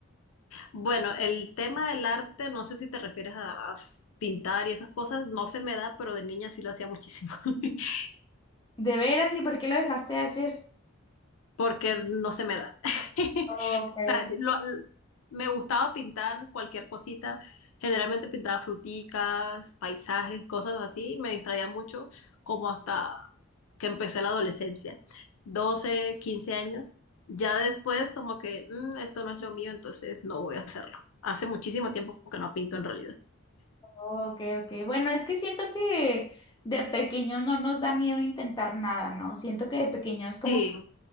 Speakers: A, on the left; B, on the left.
A: Bueno, el tema del arte, no sé si te refieres a, a pintar y esas cosas, no se me da, pero de niña sí lo hacía muchísimo. <laughs>
B: ¿De veras? ¿Y por qué lo dejaste de hacer?
A: porque no se me da. <laughs>
B: Okay,
A: O sea, lo- me gustaba pintar cualquier cosita, generalmente pintaba fruticas, paisajes, cosas así, me distraía mucho como hasta que empecé la adolescencia, 12 15 años. Ya después como que "Mm, esto no es lo mío, entonces no voy a hacerlo. Hace muchísimo tiempo que no pinto en realidad.
B: okay, okay. Bueno, es que siento que de pequeños no nos da miedo intentar nada, ¿no? Siento que de pequeños como
A: Sí,